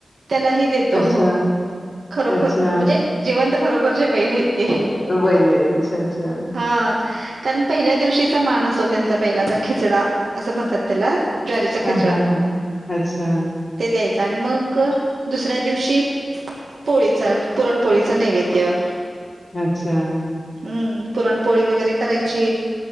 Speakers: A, on the right; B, on the left.
A: त्यालाही देतो.
B: अच्छा
A: खरोखर
B: अच्छा
A: म्हणजे. जिवंत खरोखरचे बैले आहेत. ते हे
B: बैल आहेत अच्छा अच्छा
A: हा.. कारण पहिल्या दिवशीचा मान असतो त्यांचा बैलाचा खिचडा असं म्हणतात त्याला. ज्वारीचा
B: हा
A: खिचडा
B: हा हा अच्छा
A: ते द्यायच का आणि मग दुसऱ्या दिवशी पोळीचा पुरणपोळीचा नैवेद्य
B: अच्छा.
A: हम्म पुरणपोळी वगैरे करायची.